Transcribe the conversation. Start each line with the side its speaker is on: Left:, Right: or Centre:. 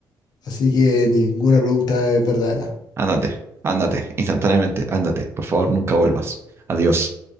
Left: Así que ninguna pregunta es verdadera.
Right: Ándate, ándate, instantáneamente, ándate. Por favor, nunca vuelvas. Adiós.